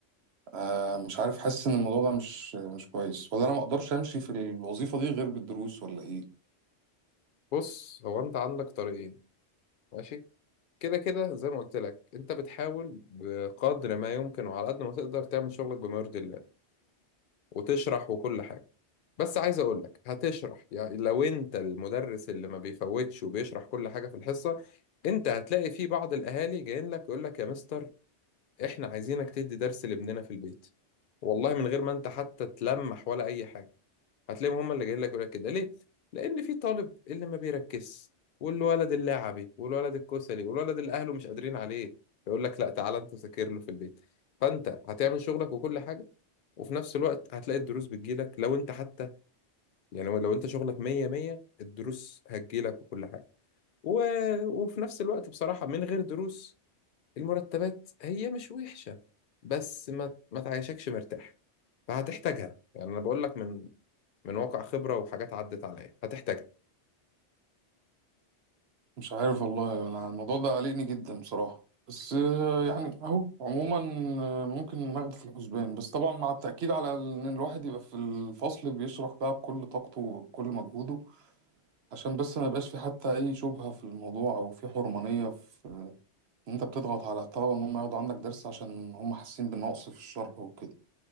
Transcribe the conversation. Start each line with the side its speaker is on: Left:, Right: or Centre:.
Right: آه، مش عارف حاسس إن الموضوع ده مش مش كويس ولا أنا ما أقدرش أمشي في الوظيفة دي غير بالدروس ولا إيه
Left: بص هو انت عندك طريقين ماشي كده كده زي ما قلت لك انت بتحاول بقدر ما يمكن وعلى قد ما تقدر تعمل شغلك بما يرضي الله وتشرح وكل حاجة بس عايز اقول لك هتشرح يعني لو انت المدرس اللي ما بيفوتش وبيشرح كل حاجة في الحصة انت هتلاقي في بعض الاهالي جايين لك يقول لك يا مستر احنا عايزينك تدي درس لابننا في البيت والله من غير ما انت حتى تلمح ولا اي حاجة هتلاقيهم هم اللي جايين لك يقول لك كده ليه؟ لان في طالب اللي ما بيركزش والولد اللعبي والولد الكسلي والولد اللي اهله مش قادرين عليه يقول لك لا تعالى انت ذاكر له في البيت فانت هتعمل شغلك وكل حاجة وفي نفس الوقت هتلاقي الدروس بتجيلك لو انت حتى يعني لو انت شغلك مية مية الدروس هتجيلك وكل حاجة و... وفي نفس الوقت بصراحة من غير دروس المرتبات هي مش وحشة بس ما ما تعيشكش مرتاح فهتحتاجها يعني انا بقول لك من من واقع خبرة وحاجات عدت عليا هتحتاجها
Right: مش عارف والله انا الموضوع ده قلقني جدا بصراحة بس آه، يعني اهو عموما آه، ممكن ناخده في الحسبان بس طبعا مع التأكيد على ان الواحد يبقى في الفصل بيشرح بقى بكل طاقته وبكل مجهوده عشان بس ما يبقاش في حتى اي شبهة في الموضوع او في حرمانية في ان انت بتضغط على الطلبة ان هم ياخدوا عندك درس عشان هم حاسين بالنقص في الشرح وكده